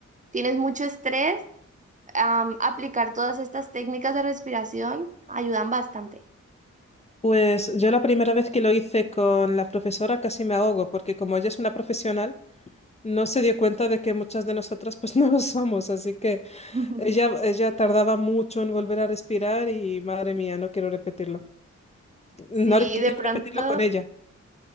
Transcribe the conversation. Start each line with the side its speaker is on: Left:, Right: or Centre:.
Right: tienes mucho estrés, am, aplicar todas estas técnicas de respiración ayudan bastante.
Left: Pues yo la primera vez que lo hice con la profesora casi me ahogo, porque como ella es una profesional, no se dio cuenta de que muchas de nosotras pues <laughs> no lo somos, así que
Right: <laughs>
Left: ella, ella tardaba mucho en volver a respirar y madre mía, no quiero repetirlo.
Right: Sí,
Left: No re- quiero
Right: de pronto,
Left: repetirlo con ella.